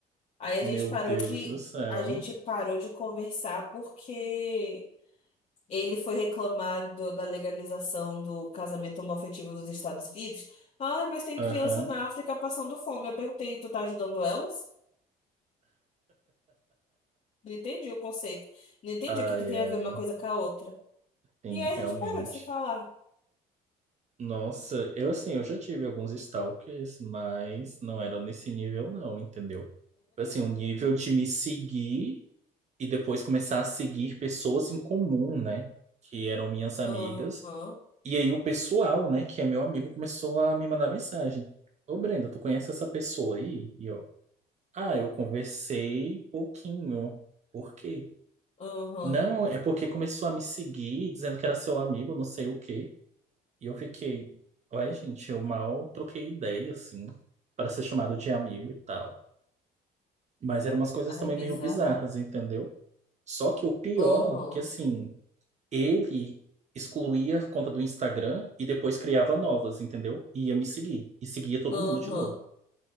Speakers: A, on the left (about 45°); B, on the right (about 40°).
A: Aí a
B: Meu
A: gente parou
B: Deus
A: de,
B: do céu.
A: a gente parou de conversar porque ele foi reclamar do- da legalização do casamento homoafetivo dos Estados Unidos. Ah, mas tem
B: Aham.
A: criança na África passando fome. Eu perguntei, tu tá ajudando elas? Não entendi o conceito. Não entendi
B: Ai,
A: o que que tem
B: ai.
A: a ver uma coisa com a outra.
B: Sim,
A: E aí
B: realmente.
A: a gente parou de se falar.
B: Nossa, eu assim, eu já tive alguns stalkers, mas não era nesse nível não, entendeu? Assim, o nível de me seguir e depois começar a seguir pessoas em comum, né? Que eram minhas amigas.
A: Aham,
B: E aí o pessoal, né, que é meu amigo, começou a me mandar mensagem. Ô, Brenda, tu conhece essa pessoa aí? E eu, ah, eu conversei pouquinho. Por quê?
A: aham.
B: Não, é porque começou a me seguir, dizendo que era seu amigo, não sei o quê. E eu fiquei, ué, gente, eu mal troquei ideia, assim, para ser chamado de amigo e tal. Mas eram umas coisas
A: Ai,
B: também
A: bizarro.
B: meio bizarras, entendeu? Só que o pior,
A: Aham,
B: que assim, ele excluía a conta do Instagram e depois criava novas, entendeu? E ia me seguir. E seguia todo
A: aham,
B: mundo de novo.